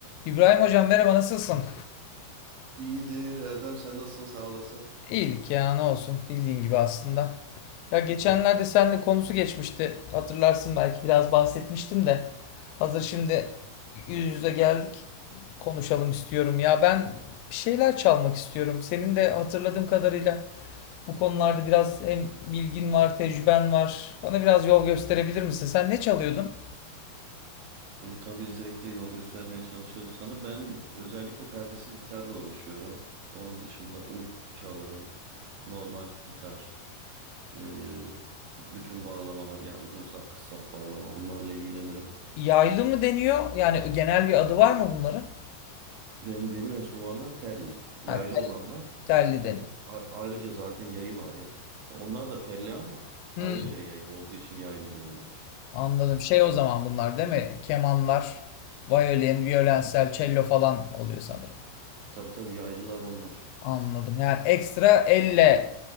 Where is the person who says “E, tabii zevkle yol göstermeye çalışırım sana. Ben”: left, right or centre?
Right